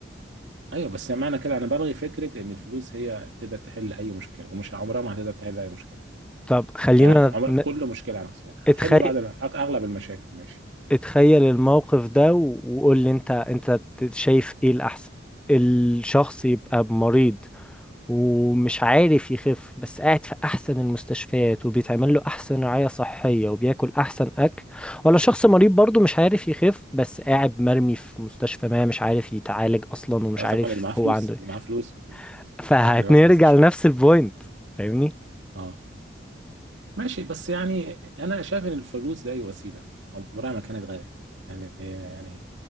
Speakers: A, on the right; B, in the centre.
A: ايوه بس معنى كده انا بلغي فكره ان الفلوس هي تقدر تحل اي مشكله ومش عمرها ما هتقدر تحل اي مشكله
B: طب خلينا
A: يعني عمر
B: ن-
A: كل مشكله انا اقصد يعني هتحل
B: اتخيل
A: بعد ما- أغ- اغلب المشاكل ماشي
B: اتخيل الموقف ده و- وقول لي انت انت ت- شايف ايه الاحسن الشخص يبقى مريض ومش عارف يخف بس قاعد في احسن المستشفيات وبيتعمل له احسن رعاية صحية وبياكل احسن اكل ولا شخص مريض برضه مش عارف يخف بس قاعد مرمي في مستشفى ما مش عارف يتعالج اصلا ومش
A: لا
B: عارف
A: طبعا اللي معاه فلوس
B: هو عنده
A: اللي
B: ايه
A: معاه فلوس
B: فهنرجع
A: طبعا اللي راح في مستشفى
B: لنفس البوينت فاهمني
A: اه ماشي بس يعني انا شايف ان الفلوس دي وسيله عمرها ما كانت غايه يعني يعني